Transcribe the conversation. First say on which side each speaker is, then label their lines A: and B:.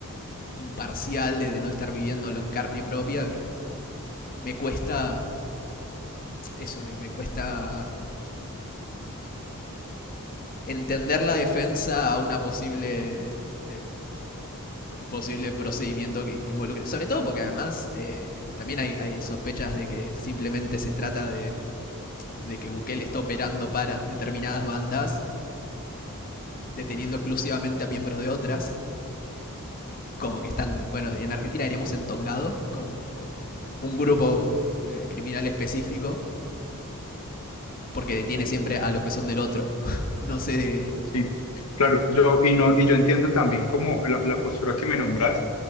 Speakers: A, on the left; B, on the left.
A: imparcial de, de no estar viviéndolo en carne propia, que es como me cuesta eso, me, me cuesta entender la defensa a una posible eh, un posible procedimiento que, que involucre. Sobre todo porque además eh, también hay, hay, sospechas de que simplemente se trata de de que Bukele está operando para determinadas bandas, deteniendo exclusivamente a miembros de otras, y como que están, bueno, en Argentina diríamos entongado con, con un grupo
B: ¿no?
A: eh, criminal específico, porque detiene siempre a los que son del otro. <laughs> no sé...
B: Sí, claro, yo, y no, y yo entiendo también como la, la postura que me nombras,